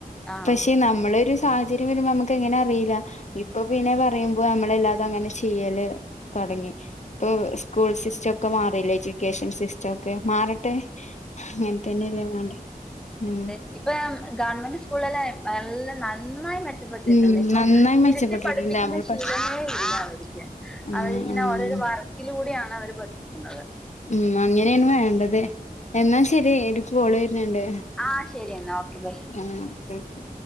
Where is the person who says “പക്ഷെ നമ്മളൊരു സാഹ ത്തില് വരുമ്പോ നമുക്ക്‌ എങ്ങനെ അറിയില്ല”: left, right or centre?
Left